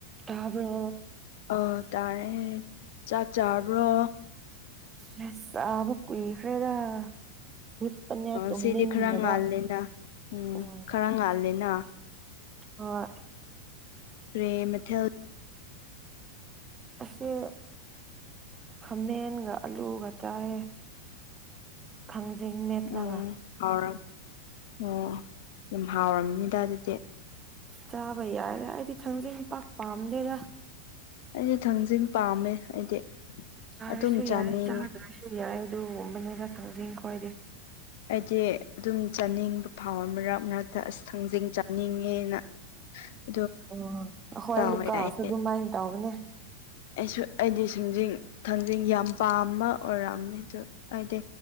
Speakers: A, on the right; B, on the left.
A: ꯇꯥꯕ꯭ꯔꯣ
B: ꯑ ꯇꯥꯔꯦ ꯆꯥꯛ ꯆꯥꯕ꯭ꯔꯣ
A: ꯍꯁ ꯑꯕ ꯀꯏ ꯐꯦꯔ ꯍꯞꯄꯅ ꯇꯨꯝꯅꯤꯡꯗꯕ
B: ꯁꯤꯗꯤ ꯈꯔ ꯉꯥꯜꯂꯦꯅ
A: ꯎꯝ
B: ꯈꯔ ꯉꯥꯜꯂꯦꯅ
A: ꯍ
B: ꯀ꯭ꯔꯦ ꯃꯊꯦꯜ
A: ꯑꯁꯤ ꯈꯥꯃꯦꯟꯒ ꯑꯂꯨꯒ ꯆꯥꯌꯦ ꯐꯪ ꯖꯤꯡ ꯃꯦꯠꯂꯒ
B: ꯎꯝ ꯍꯥꯎꯔ ꯑꯣ ꯌꯥꯝ ꯍꯥꯎꯔꯝꯅꯤꯗ ꯑꯗꯨꯗꯤ꯫
A: ꯆꯥꯕ ꯌꯥꯏꯔ ꯑꯩꯗꯤ ꯈꯪꯗꯦ ꯄꯥꯛ ꯄꯥꯝꯗꯦꯗ꯫
B: ꯑꯩꯗꯤ ꯊꯪꯖꯤꯡ ꯄꯥꯝꯃꯦ ꯑꯩꯗꯤ꯫
A: ꯆꯥꯔꯁꯨ
B: ꯑꯗꯨꯝ ꯆꯥꯅꯤꯡꯉꯦ
A: ꯌꯥꯏ ꯆꯥꯗ꯭ꯔꯁꯨ ꯌꯥꯏ ꯑꯗꯨ ꯑꯣ ꯃꯅꯦ ꯂ ꯊꯪꯗ ꯀꯋꯥꯏꯗꯦ
B: ꯑꯩꯗꯤ ꯑꯗꯨꯝ ꯆꯥꯅꯤꯡꯕ ꯐꯥꯎꯕ ꯃꯔꯛ ꯃꯔꯛꯇ ꯑꯁ ꯈꯪꯖꯤꯡ ꯆꯥꯅꯤꯡꯉꯦꯅ <unintelligible>
A: ꯎ ꯍꯣꯏ
B: ꯇꯥꯎꯋꯦ
A: ꯂꯨꯀꯁꯨ
B: ꯑꯩꯗꯤ
A: ꯑꯗꯨꯃꯥꯏꯅ ꯇꯧꯕꯅꯦ
B: ꯑꯩꯁꯨ ꯑꯩꯗꯤ ꯁꯤꯡꯖꯤꯡ ꯊꯥꯡꯖꯤꯡ ꯌꯥꯝ ꯄꯥꯝꯕ ꯑꯣꯏꯔꯛꯑꯅꯤ ꯑꯗꯨ ꯑꯩꯗꯤ